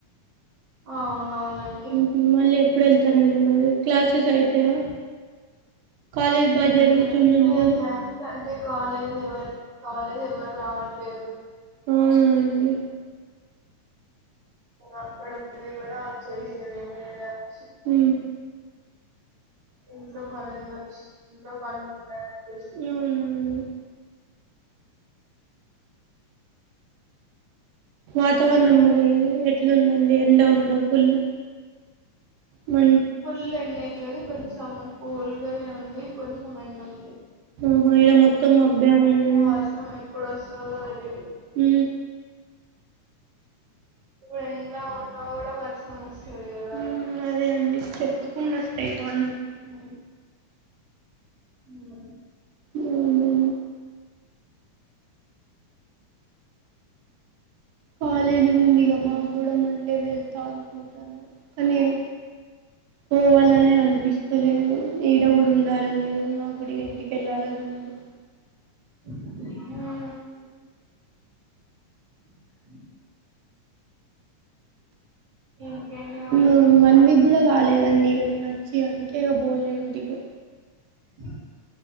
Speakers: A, on the right; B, on the right.
A: అవునవునండి
B: ఉమ్ మళ్ళీ ఎప్పుడు ఎళ్తారండి మళ్ళి క్లాసెస్ అయితాయా కాలేజ్ బాగా జరుగుతుదంటును
A: ఉమ్ ఇక క్లాసెస్ అంటే కాలేజ్ ఎవరు కాలేజ్ ఎవరూ రావట్లేదు
B: అవునా అండి
A: అక్కడ ఉండి కూడా చేసేది ఏం లేదనే
B: ఊ
A: ఇంట్లో పని అని వచ్చి ఇంట్లో పని ఉందని వచ్చేసి
B: అవునా అండి వాతావరణం అది ఎట్లుందండి ఎండ ఉందా ఫుల్లు మన్
A: ఫుల్ ఎండ ఏం లేదు కొంచెం కూల్గానే ఉంది కొంచెం ఎండుంది
B: ఆహా ఇడ మొత్తం మబ్బే ఉంది
A: ఆ వర్షం ఎప్పుడు వస్తుందో తెలీదు
B: హ
A: ఇప్పుడు ఎండా ఉన్నా కూడా వర్షం వస్తది కదా
B: ఉమ్, అదే అండి చెప్పకుండా వస్తాయి వాన
A: ఉ ఉ
B: ఉ కాలేజీ ఉందిగా మాకు కూడా మండే వెళ్తా అనుకుంటాను కానీ పోవాలని అనిపిస్తలేదు ఈడ కూడా ఉండాలని లేదు నా కూడా ఇంటికిళ్ళాలని ఉంది
A: ఆ ఉ ఇంకేంటి మరి
B: ఉమ్
A: విషయాలు
B: వన్ వీక్ కూడా కాలేదండి ఇక నేను వచ్చి అందుకే ఇక పోలే ఇంటికి
A: ఆ